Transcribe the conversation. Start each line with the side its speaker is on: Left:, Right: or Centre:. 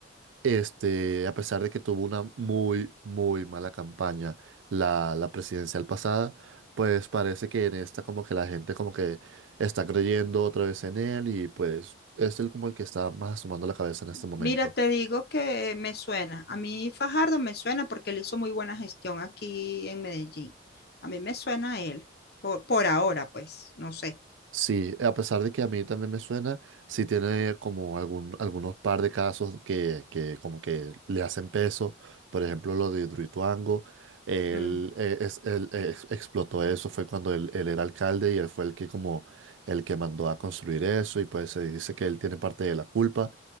Right: Este, a pesar de que tuvo una muy, muy mala campaña la, la presidencial pasada, pues parece que en esta como que la gente como que está creyendo otra vez en él y pues es él como el que está más asomando la cabeza en este momento.
Left: Mira, te digo que me suena. A mí Fajardo me suena porque él hizo muy buena gestión aquí en Medellín. A mí me suena a él, por, por ahora, pues, no sé.
Right: Sí, a pesar de que a mí también me suena, sí tiene como algún, algunos par de casos que, que como que le hacen peso. Por ejemplo, lo de Hidroituango, él,
Left: Mm,
Right: eh, es- él, eh, ex- explotó eso, fue cuando él, él era alcalde y él fue el que como el que mandó a construir eso y pues se dice que él tiene parte de la culpa.